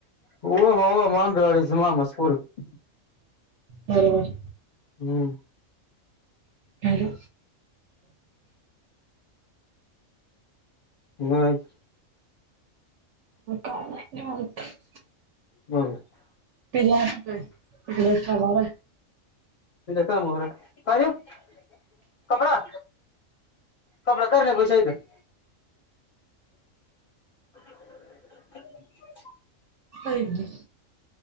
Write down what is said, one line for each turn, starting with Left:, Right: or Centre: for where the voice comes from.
Left: हो हो मांजरवाडीच मामा च पोरगं
Right: बरोबर.
Left: हम्म.
Right: हॅलो.
Left: बस
Right: काल <unintelligible>
Left: मग
Right: पिल्याकड तिकडे जाणार आहे.
Left: कामावर हाय काय ते कपडा कपडा कर नाही पैसे हाय इथं <inaudible>
Right: पहिली